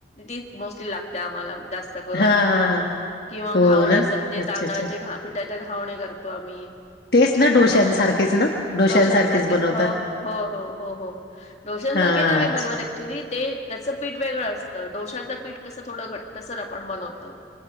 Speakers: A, on the left (about 35°); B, on the left (about 55°).
A: तीच मोस्टली लागते आम्हाला जास्त च करून
B: हा हा हा
A: किंवा घावणे
B: हो ना
A: असत. ते
B: अच्छा
A: तांदळाचे
B: अच्छा
A: पिठाचे घावणे करतो आम्ही.
B: तेच ना
A: म
B: डोश्यांसारखेच
A: ते
B: ना डोश्यांसारखेच
A: डोशां सारखेच
B: बनवतात
A: हो हो हो हो हो हो डोशांसारखे
B: हा
A: नाही आम्ही
B: अच्छा
A: बनवत. ॲक्च्युली ते त्याचं पीठ वेगळं असतं डोशचं पीठ कसं थोडं घट्टसर आपण बनवतो.